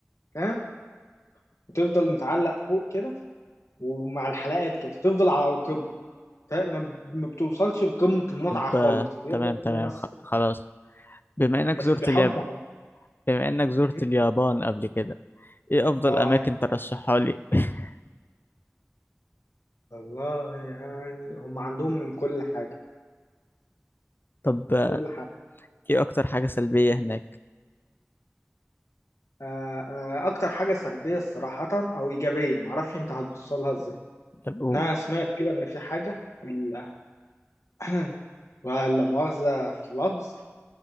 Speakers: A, on the left; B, on the left.
A: فاهم وتفضل متعلق فوق كده ومع الحلقات كده تفضل على القمة فما ما ما بتوصلش لقمة المتعة
B: طب
A: خالص
B: آه،
A: بيفضل
B: تمام تمام
A: كده مثلا
B: خ- خلاص بما انك
A: بس
B: زرت
A: بيحافظ
B: اليابان
A: على
B: بما انك زرت
A: م?
B: اليابان قبل كده ايه افضل
A: اه
B: اماكن ترشحها لي <laughs>
A: والله يعني هم عندهم من كل حاجة
B: طب آه،
A: كل حاجة
B: ايه اكتر حاجة سلبية هناك
A: آه انا اكتر حاجة سلبية صراحة او ايجابية معرفش انت هتبص لها ازاي
B: طب قول
A: إن انا سمعت كده ان في حاجة ال- <coughs> <clears throat> ولا مؤاخذة في اللفظ